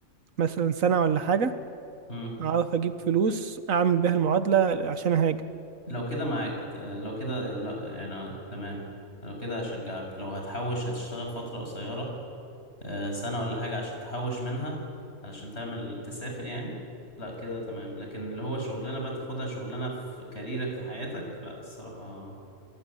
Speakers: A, on the right; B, on the left.
A: مثلا سنة ولا حاجة
B: امم
A: أعرف أجيب فلوس أعمل بيها المعادلة عشان أهاجر
B: لو كده معاك لو كده لا يعني آه، تمام لو كده اشجعك لو هتحوش هتشتغل فتره قصيره آه، سنة ولا حاجة عشان تحوش منها علشان تعمل تسافر يعني لا كده تمام لكن اللي هو شغلانة بقى تاخدها شغلانة في كاريرك في حياتك لا الصراحة